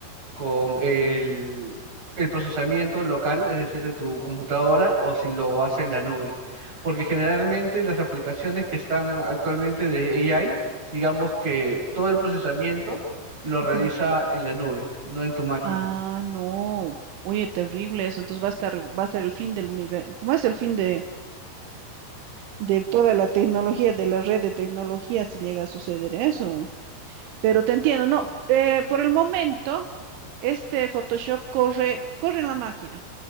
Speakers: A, on the right (about 25°); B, on the right (about 80°).
A: con el, el procesamiento local, es decir, de tu computadora, o si lo hace en la nube. Porque generalmente las aplicaciones que están actualmente de AI, digamos que todo el procesamiento lo
B: ujú.
A: realiza en la nube, no en tu máquina.
B: Ah, no. Oye, terrible eso. Entonces va a estar, va a ser el fin del universo. ¿Cómo es el fin de, de toda la tecnología, de la red de tecnología, si llega a suceder eso? Pero te entiendo, no. eh, por el momento, este Photoshop corre, corre en la máquina.